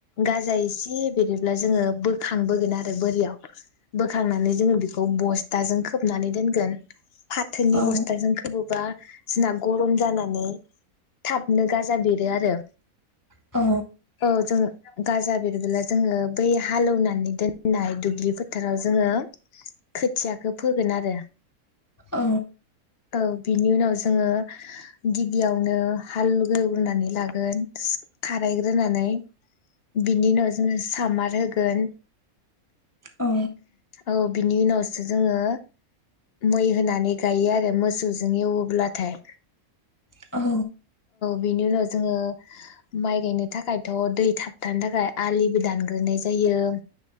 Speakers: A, on the left; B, on the left.
A: गाजा एसे बेरोब्ला जोङो बोखांबोगोन आरो बोरियाव। बोखांनानै जोङो बेखौ बस्थाजों खोबनानै दोनगोन। फाथोनि
B: औ
A: बस <unintelligible> बा जोंना गरम जानानै थाबनो गाजा बेरो आरो
B: अ।
A: औ जों गाजा बेरबोला जोङो बै हालेवनानै दोननाय दुब्लि फोथाराव जोङो खोथियाखो फोगोन आरो
B: औ
A: औ बिनि उनाव जोङो गिबियावनो हाल एवग्रोनानै लागोन खाराय ग्रोनानै बिनि उनाव जोङो सामार होगोन।
B: औ
A: औ बिनि उनाव जोङो मै होनानै गायो आरो मोसौजों एवोब्लाथाय।
B: औ
A: बेनि उनाव जोङो माइ गायनो थाखायथ दै थाबथानो थाखाय आलिबो दानग्रोनाय जायो।